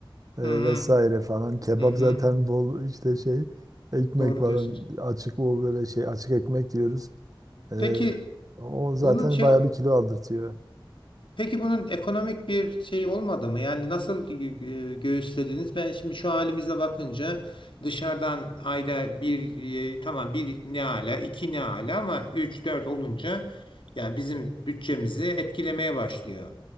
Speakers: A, on the right (about 40°); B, on the left (about 70°).
A: e,
B: Hı hı,
A: vesaire falan kebap
B: hı hı.
A: zaten bol işte şey ekmek
B: Doğru
A: falan
B: diyorsunuz.
A: açık o böyle şey açık ekmek diyoruz. E,
B: Peki
A: o
B: Bunun
A: zaten
B: şey,
A: bayağı bir kilo aldırtıyor.
B: peki bunun ekonomik bir şey olmadı mı? Yani nasıl gö- göğüslediniz? Ben şimdi şu halimize bakınca dışarıdan ayda bir e, tamam bir ne ala iki ne ala ama üç dört olunca yani bizim bütçemizi etkilemeye başlıyor.